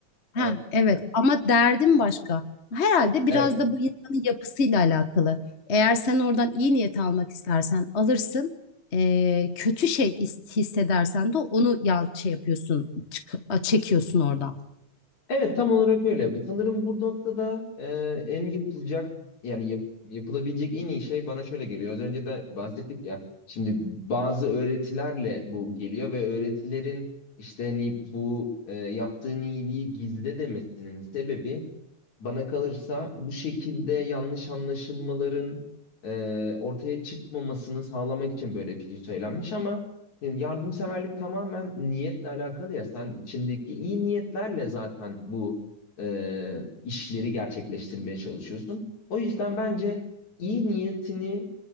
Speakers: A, on the left (about 30°); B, on the left (about 70°).
A: Ha,
B: E,
A: evet ama derdim başka. Herhalde
B: Evet.
A: biraz da bu insanın yapısıyla alakalı. Eğer sen oradan iyi niyet almak istersen alırsın. Ee, kötü şey his- hissedersen de onu ya şey yapıyorsun, çık- çekiyorsun oradan.
B: Evet tam olarak öyle. Sanırım bu noktada e, en yapılacak yani yap- yapılabilecek en iyi şey bana şöyle geliyor. Az önce de bahsettik ya. Şimdi bazı öğretilerle bu geliyor ve öğretilerin işte hani bu e, yaptığın iyiliği gizle demesinin sebebi Bana kalırsa bu şekilde yanlış anlaşılmaların e, ortaya çıkmamasını sağlamak için böyle bir şey söylenmiş ama yani yardımseverlik tamamen niyetle alakalı ya. Sen içindeki iyi niyetlerle zaten bu e, işleri gerçekleştirmeye çalışıyorsun. O yüzden bence iyi niyetini,